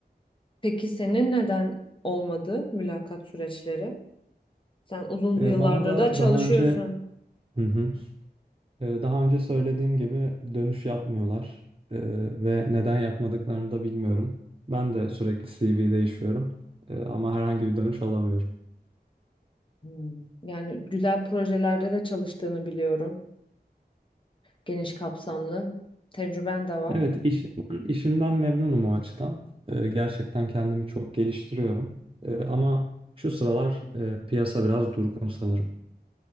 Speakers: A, on the left; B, on the right.
A: Peki senin neden olmadı mülakat süreçleri? Sen uzun
B: E,
A: yıllardır
B: bana da
A: da çalışıyorsun.
B: daha önce hı hı, E, daha önce söylediğim gibi dönüş yapmıyorlar E, ve neden yapmadıklarını da bilmiyorum. Ben de sürekli CV değişiyorum E, ama herhangi bir dönüş alamıyorum.
A: Hmm. Yani güzel projelerde de çalıştığını biliyorum. Geniş kapsamlı. Tecrüben de var.
B: Evet, işimden, işimden memnunum o açıdan. Ee, gerçekten kendimi çok geliştiriyorum. Ee, ama şu sıralar e, piyasa biraz durgun sanırım.